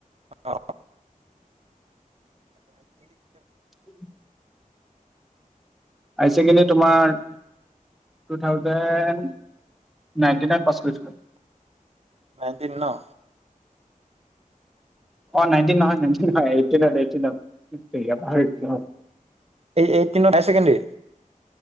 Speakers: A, on the right; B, in the centre.
A: অ
B: উ হাই ছেকেণ্ডাৰী তোমাৰ টু থাউজেণ্ড নাইনটিনত পাছ কৰিছিলো।
A: নাইনটিন ন
B: অ নাইনটিন নহয় নাইনটিন নহয়। এইটিনত এইটিনত সেইটেৰীকা পাহৰি গৈছিলো।
A: এইটিনৰ হাইছেকেণ্ডাৰী